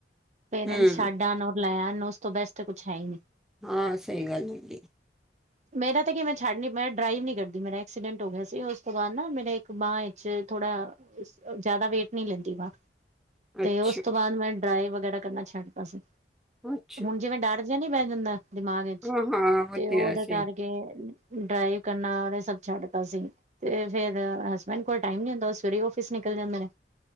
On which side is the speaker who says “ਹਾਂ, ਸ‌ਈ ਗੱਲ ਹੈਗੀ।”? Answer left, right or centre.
Centre